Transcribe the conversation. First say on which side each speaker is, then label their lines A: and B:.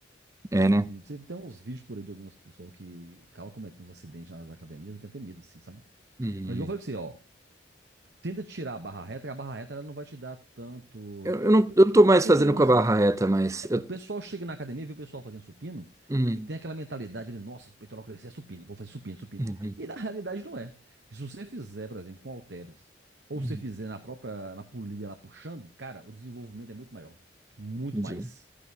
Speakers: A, on the right; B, on the right.
A: É,
B: Eu,
A: né?
B: de- de- tem uns vídeos por aí de algumas pessoas que acabam cometendo uns acidentes nas academias, eu tenho até medo, assim, sabe?
A: Uhum.
B: Mas igual eu falei com você, ó, tenta tirar a barra reta, que a barra reta ela não vai te dar tanto.
A: Eu, eu não, eu não tô
B: É é porque
A: mais fazendo
B: todo mundo
A: com
B: assim.
A: a barra reta, mas.
B: É,
A: Eu...
B: o pessoal chega na academia, vê o pessoal fazendo supino
A: Uhum.
B: e tem aquela mentalidade de, nossa, o peitoral crescer é supino, vou fazer supino, supino.
A: Uhum.
B: E na realidade não é. Se você fizer, por exemplo, com halteres, ou
A: Uhum.
B: se você fizer na própria, na polia lá puxando, cara, o desenvolvimento é muito maior. Muito
A: Entendi.
B: mais